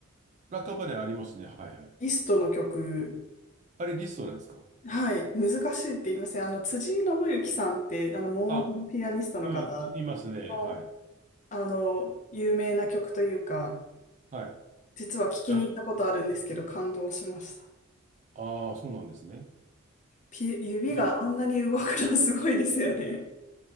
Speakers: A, on the right; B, on the left.
A: ラッカパネルありますね。はいはい。
B: リストの曲、
A: あれリストなんですか
B: はい、難しいって言いません。あの、辻井伸行さんって、あの、盲目のピアニストの方
A: あ、うん、いますね。
B: の、
A: はい。
B: あの、有名な曲というか、
A: はい。
B: 実は聞きに行ったことあるんですけど、
A: ラ、
B: 感動しました。
A: ああ、そうなんですね。
B: ピ、指があんなに動くのすごいですよね。
A: で、